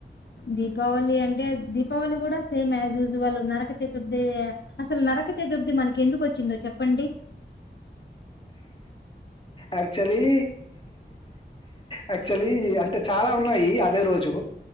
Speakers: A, on the left (about 70°); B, on the left (about 25°).
A: దీపావళి అంటే దీపావళి కూడా సేమ్ జ జ నరక చతుర్థి అసలు నరక చతుర్థి మనకి ఎందుకు వచ్చిందో చెప్పండి
B: యాక్చువలీ యాక్చువలీ అంటే చాలా ఉన్నాయి అదే రోజు